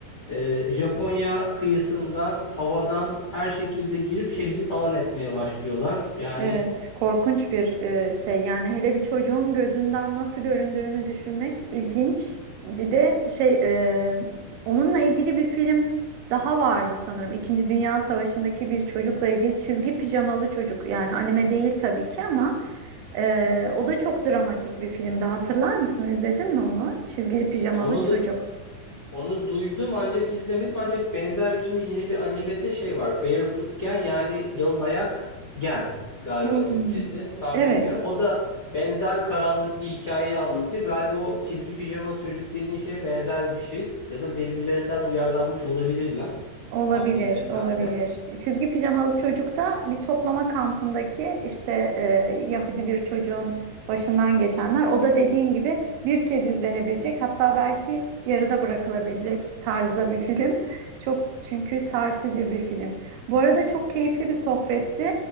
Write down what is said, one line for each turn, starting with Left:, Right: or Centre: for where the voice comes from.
Left: e, Japonya kıyısından, havadan her şekilde girip şehri talan etmeye başlıyorlar. Yani
Right: evet. Korkunç bir e, şey. Yani hele bir çocuğun gözünden nasıl göründüğünü düşünmek ilginç. Bir de şey, e, onunla ilgili bir film daha vardı sanırım. İkinci Dünya Savaşı'ndaki bir çocukla ilgili çizgi pijamalı çocuk. Yani anime değil tabii ki ama e, o da çok dramatik bir filmdi. Hatırlar mısın? İzledin mi onu? Çizgili pijamalı
Left: onu
Right: çocuk.
Left: da Onu duydum ancak izlemedim. Ancak benzer biçimde yine bir animede şey var. Barefoot Gen yani yalın ayak gen galiba
Right: Hmm,
Left: Türkçesi. Tam
Right: Evet.
Left: bilmiyorum. O da benzer karanlık bir hikayeyi anlatıyor. Galiba o çizgi pijamalı çocuk dediğin şeye benzer bir şey. Ya da birbirlerinden uyarlanmış olabilirler.
Right: Olabilir,
Left: Tam bilmesem
Right: olabilir.
Left: de.
Right: Çizgi pijamalı çocuk da bir toplama kampındaki işte e, Yahudi bir çocuğun başından geçenler. O da dediğin gibi bir kez izlenebilecek, hatta belki yarıda bırakılabilecek tarzda bir film. Çok çünkü sarsıcı bir film. Bu arada çok keyifli bir sohbetti.